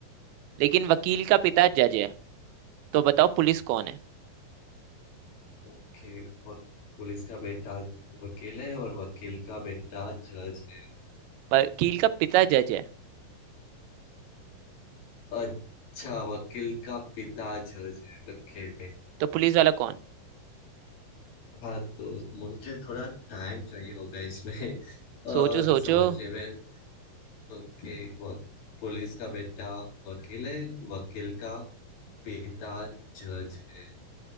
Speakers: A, on the right; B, on the left.
A: लेकिन वकील का पिता जज है तो बताओ पुलिस कौन है
B: ओके वक, पुलिस का बेटा वकील है और वकील का बेटा जज है
A: वकील का पिता जज है
B: अच्छा वकील का पिता जज है ओके
A: तो पुलिस वाला कौन
B: हाँ तो मुझे थोड़ा टाइम चाहिए होगा इसमें अ,
A: सोचो सोचो
B: समझने में ओके वक, पुलिस का बेटा वकील है वकील का पिता जज है